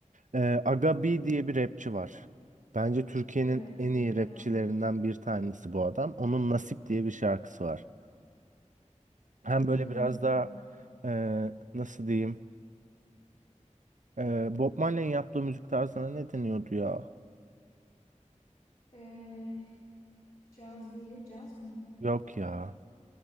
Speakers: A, on the right; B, on the left.
A: E, Aga B diye bir rapçi var. Bence Türkiye'nin
B: Evet
A: en iyi
B: biliyorum.
A: rapçilerinden bir tanesi bu adam. Onun Nasip diye bir şarkısı var. Hem
B: Hmm.
A: böyle biraz daha eee, nasıl diyeyim? Eee Bob Marley'in yaptığı müzik tarzına ne deniyordu ya?
B: Ee, caz değil, caz mıydı?
A: Yok ya.